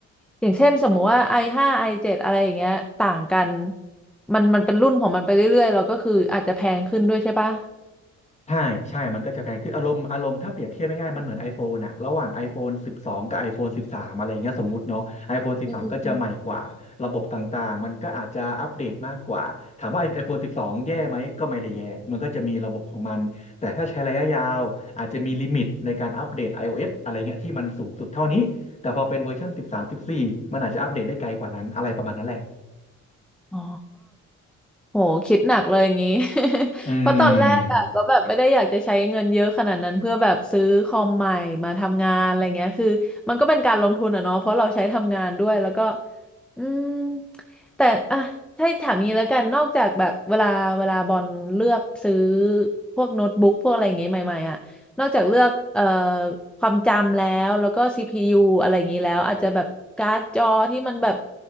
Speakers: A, in the centre; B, on the left (about 25°).
A: อย่างเช่นสมมุติว่า i5 i7 อเจ็ดอะไรอย่างเงี้ยต่างกันมันมันเป็นรุ่นของมันไปเรื่อยๆแล้วก็คืออาจจะแพงขึ้นด้วยใช่ปะ
B: ใช่ใช่มันก็จะแพงขึ้นอารมณ์อารมณ์ถ้าเปรียบเทียบง่ายๆมันเหมือน iPhone อะระหว่าง iPhone 12 กับ iPhone 13 อะไรเงี้ยสมมุติเนาะ iPhone 13
A: อืม
B: ก็จะใหม่กว่าระบบต่างๆมันก็อาจจะอัปเดตมากกว่าถามว่า iPhone 12 แย่ไหมก็ไม่ได้แย่มันก็จะมีระบบของมันแต่ถ้าใช้ระยะยาวอาจจะมีลิมิตในการอัปเดต iOS อะไรเงี้ยที่มันสูงสุดเท่านี้แต่พอเป็นเวอร์ชัน13 14มสิบสี่มันอาจจะอัปเดตได้ไกลกว่านั้นอะไรประมาณนั้นแหละ
A: อ๋อโหคิดหนักเลยอย่างนี้ <laughs>
B: อืม
A: เพราะตอนแรกอะก็แบบไม่ได้อยากจะใช้เงินเยอะขนาดนั้นเพื่อแบบซื้อคอมใหม่มาทำงานอะไรเงี้ยคือมันก็เป็นการลงทุนอะเนาะเพราะเราใช้ทำงานด้วยแล้วก็อืมแต่อะถ้าถามงี้แล้วกันนอกจากแบบเวลาเวลาบอลเลือกซื้อพวกโน้ตบุ๊กพวกอะไรอย่างเงี้ยใหม่ๆอะ นอกจากเลือกเอ่อความจำแล้วแล้วก็ CPU อะไรอย่างนี้แล้วอาจจะแบบการ์ดจอที่มันแบบ